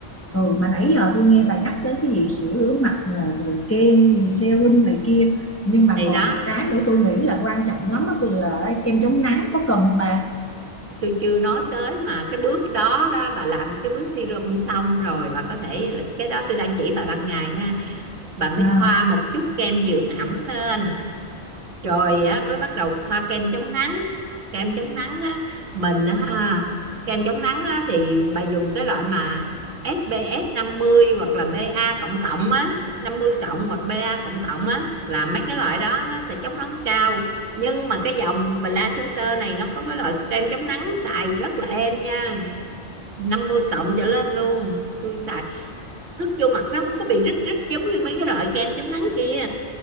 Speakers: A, on the left; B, on the right.
A: Ừ, mà nãy giờ tôi nghe bà nhắc tới cái gì sữa rửa mặt nè rồi kem serum này kia nhưng mà
B: thì
A: còn
B: đó
A: cái nữa tôi nghĩ là quan trọng lắm á tôi là kem chống nắng có cần không bà
B: tôi chưa nói tới mà cái bước đó đó bà làm cái bước serum xong rồi bà có thể cái đó tôi đang chỉ bà ban ngày ha bà mới
A: à
B: thoa một chút kem dưỡng ẩm lên rồi á mới bắt đầu thoa kem chống nắng kem chống nắng á mình á ha, kem chống nắng á thì bà dùng cái loại mà ét pê ép 50 hoặc là BA cộng cộng á 50 cộng hoặc BA cộng cộng á là mấy cái loại đó nó sẽ chống nắng cao nhưng mà cái dòng Bla Center này nó có cái loại kem chống nắng xài rất là êm nha 50 cộng trở lên luôn tôi xài sức vô mặt nó không có bị rít rít giống như mấy cái loại kem chống nắng kia